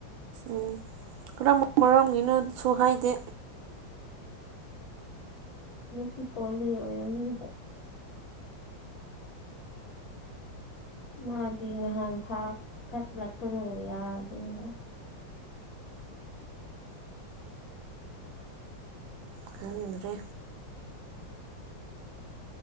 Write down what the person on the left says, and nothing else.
ꯅꯨꯄꯤ ꯀꯣꯏꯕꯒꯤ ꯑꯣꯏꯔꯝꯒꯅꯤꯀꯣ ꯃꯥꯒꯤ ꯅꯍꯥꯟ ꯊꯥꯛ ꯀꯠꯂꯛꯄꯗꯣ ꯌꯥꯗꯦꯕ